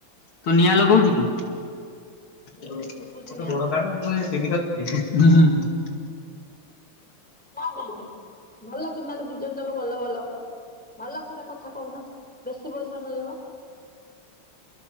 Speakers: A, on the left; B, in the centre.
A: ତୁ ନିଆଁ ଲଗଉଛି କି
B: ହୁଁ
A: ଗୋଟେ
B: କୁକୁଦିନିଆ।
A: ବ କ <unintelligible> ସେ <unintelligible>
B: କଣ କହୁଛ ଭଲ ବିନାକ ଦି ଜଣ ଯାକ ଭଲ ଭଲ ହଉଛ। ଭଲ କିନା କଥା କହୁନା ବେଶୀ ପଇସା ମିଳିବ।